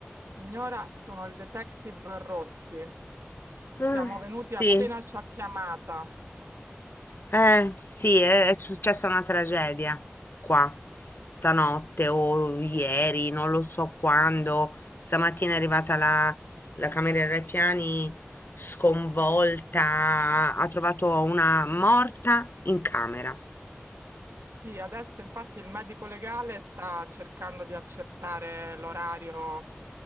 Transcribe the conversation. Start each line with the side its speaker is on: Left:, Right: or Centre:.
Right: Signora, sono il detective Rossi. Siamo
Left: Ah,
Right: venuti
Left: Sì,
Right: appena ci ha chiamata.
Left: eh, sì, è, è successa una tragedia qua stanotte o ieri, non lo so quando. Stamattina è arrivata la, la cameriera ai piani sconvolta, ha trovato una morta in camera.
Right: Sì, adesso infatti il medico legale sta cercando di accertare l'orario